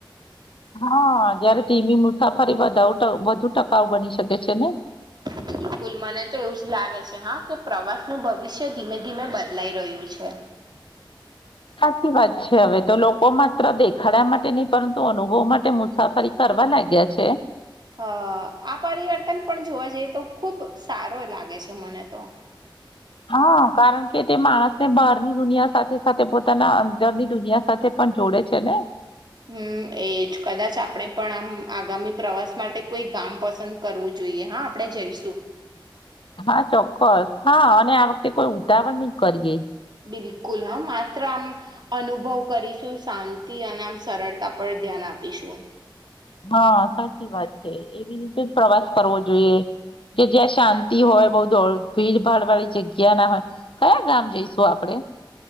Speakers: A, on the left; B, on the right.
A: હા જયારે ધીમી મુસાફરી વધુ ટકાઉ બની શકે છે ને
B: બિલકુલ મને તો એવું જ લાગે છે હા કે પ્રવાસનું ભવિષ્ય ધીમે ધીમે બદલાઈ રહ્યું છે.
A: સાચી વાત છે હવે તો લોકો માત્ર દેખાડ્યા માટે નહી પરંતુ અનુભવ માટે મુસાફરી કરવા લાગ્યા છે.
B: હ આ પરિવર્તન પણ જોવા જઈએ તો ખુબ સારો લાગે છે મને તો
A: હા કારણ કે તે માણસને બહારની દુનિયા સાથે સાથે પોતાના અંદરની દુનિયા સાથે પણ જોડે છે ને
B: હમ એ જ કદાચ આપણે પણ આમ આગામી પ્રવાસ માટે કોઈ ગામ પસંદ કરવું જોઈએ હા આપણે જઈશું
A: હા ચોક્કસ હા અને આ વખતે કોઈ ઉતાવળ નહી કરીએે
B: બિલકુલ હા માત્ર આમ અનુભવ કરીશું શાંતિ અને આમ સરળતા પર ધ્યાન આપીશું
A: હા સાચી વાત છે એવી રીતે જ પ્રવાસ કરવો જોઈએ કે જ્યાં શાંતિ હોય બઉ દોડ ભીડ ભાડ વાળી જગ્યા ના હોય કયા ગામ જઈશું આપડે